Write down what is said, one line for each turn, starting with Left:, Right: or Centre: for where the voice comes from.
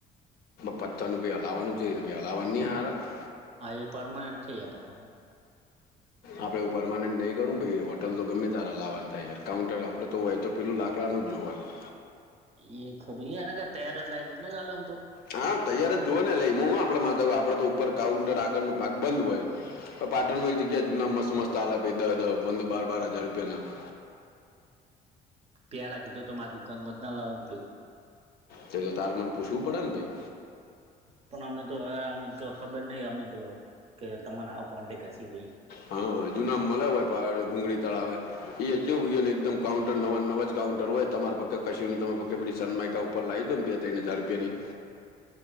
Left: પથ્થરનું પણ બનાવવાનું છે ને? પથ્થરવાળાનું જ સારું રહેશે.
Right: હા, એ પરમનેન્ટ છે આપણી માટે.
Left: આપણે એવું પરમનેન્ટ નહીં કરીએ ભાઈ, હોટલ તો ગમે ત્યારે લાવવાનું થાય, કાઉન્ટર આપણું હોય તો, પેલું લાકડાનું જ જોવું હોય.
Right: એને તૈયાર લાવી દે ને, ચાલ, આમ તો.
Left: હા, તૈયાર જ જો ને લઈ આવું, આપણે તો ઉપર કાઉન્ટરનો આગળનો ભાગ બંધ હોય. પાટણમાં એક જગ્યાએ જૂના મસ્ત મસ્તવાળા પડે છે, બાર-પંદર હજાર રૂપિયાના. <unintelligible>
Right: પ્યાલા કીધો તો, મારે દુકાનમાં જ ના લાવવાનું.
Left: તો તારે મને પૂછવું પડે, ભાઈ.
Right: પણ અમને તો ખબર નહીં, અમને તો કહેવું કે, તમને આવો કોન્ટેક્ટ છે ભાઈ.
Left: હા, જૂના મળ્યા હોય તો, ગુલાબી તળાવ પાસે. એ જવું, એકદમ નવા-નવા કાઉન્ટર હોય, તમારે ફક્ત કશુંની તમે ફક્ત પીસન મયકા ઉપર. ઉપર લાવી દો ને, બે-ત્રણ હજાર રૂપિયાની.